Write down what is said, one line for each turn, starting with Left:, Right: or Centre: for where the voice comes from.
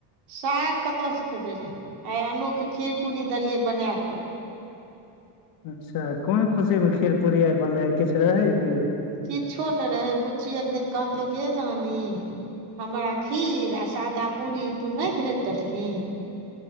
Right: साग कतऽस खेबै जे आइ अन्नूके खीर पूरी देलियै बना कऽ
Left: अच्छा कोन खुशीमे खीर पूड़ी आइ बनलै ह किछु रहै कि
Right: किछो नहि रहै बुच्ची एकदिन कहलकै गे नानी। हमरा खीर अ सादा पूरी तू नहि भेज देलही